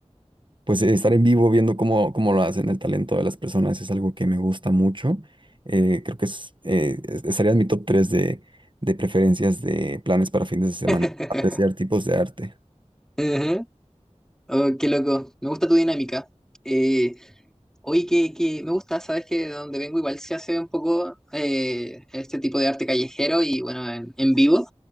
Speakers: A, on the right; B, in the centre.
A: pues estar en vivo viendo cómo, cómo lo hacen, el talento de las personas es algo que me gusta mucho. Eh, creo que es, eh, es- estaría en mi top 3 de, de preferencias de planes para fines de semana,
B: <laughs>
A: apreciar tipos de arte.
B: Ujú. Oh, qué loco. Me gusta tu dinámica. Eh, Oye, que, que me gusta, sabes que de donde vengo igual se hace un poco eh, este tipo de arte callejero y bueno, en, en vivo.